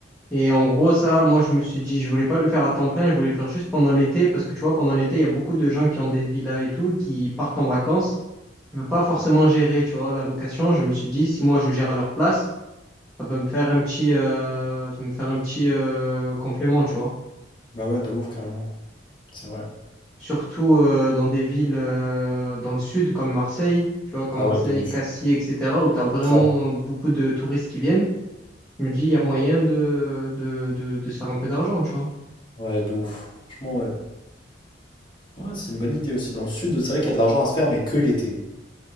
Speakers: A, in the centre; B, on the left (about 25°).
A: Et en gros, ça, moi, je me suis dit, je voulais pas le faire à temps plein, je voulais le faire juste pendant l'été, parce que tu vois, pendant l'été, il y a beaucoup de gens qui ont des villas et tout, qui partent en vacances, ils ne peuvent pas forcément gérer, tu vois, la location. Je me suis dit, si moi, je gère à leur place, ça peut me faire un petit, euh, ça peut me faire un petit euh, complément, tu vois.
B: Bah ouais, de ouf carrément. C'est vrai.
A: surtout euh, dans des villes euh, dans le sud comme Marseille, tu vois, comme
B: Ah
A: Marseille,
B: ouais, de ouf.
A: Cassis, etc., où tu as vraiment
B: Grave.
A: beaucoup de touristes qui viennent, je me dis, il y a moyen de, de, de, de se faire un peu d'argent, tu vois.
B: Ouais, de ouf. Franchement, ouais. Ouais, c'est une bonne idée aussi. Dans le sud, c'est vrai qu'il y a de l'argent à se faire, mais que l'été,